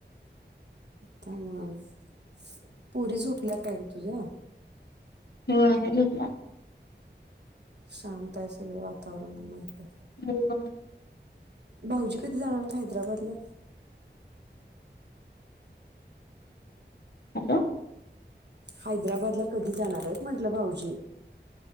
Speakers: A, on the right; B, on the left.
A: त्यामुळेच पोरी झोपल्या काय गं तुझ्या
B: होय झोपल्या
A: शांत आहे सगळं वातावरण म्हणून म्हटलं
B: होय
A: भाऊजी कधी जाणार हायत हैदराबादला
B: हॅलो
A: हैदराबादला कधी जाणार आहेत म्हंटलं भाऊजी